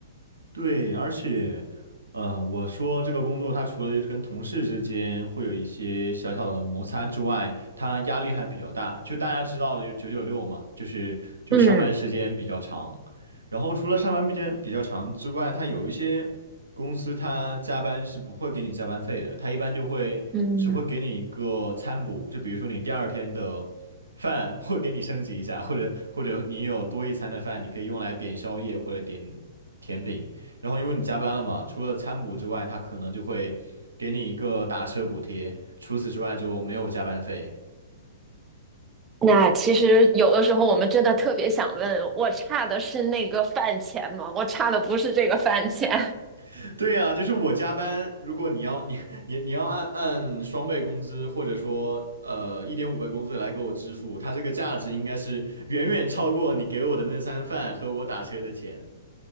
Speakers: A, on the right (about 80°); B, on the right (about 20°).
A: 对，而且，呃，我说这个工作，它除了就是跟同事之间会有一些小小的摩擦之外，它压力还比较大。就大家知道的，就是九九六嘛，就是就是上班时间比较长。
B: 嗯
A: 然后除了上班时间比较长之外，它有一些公司它加班是不会给你加班费的，它一般就会只会给你一个餐补，
B: 嗯。
A: 就比如说你第二天的饭 <laughs> 会给你升级一下，或者或者你有多一餐的饭，你可以用来点宵夜或者点甜品。然后因为你加班了嘛，除了餐补之外，他可能就会给你一个打车补贴，除此之外就没有加班费。
B: 那其实有的时候我们真的特别想问，我差的是那个饭钱吗？我差的不是这个饭钱。<laughs>
A: <laughs> 对啊，就是我加班，如果你要 <laughs> 你你你要按按双倍工资或者说呃一点五倍工资来给我支付，他这个价值应该是远远超过你给我的那餐饭和我打车的钱。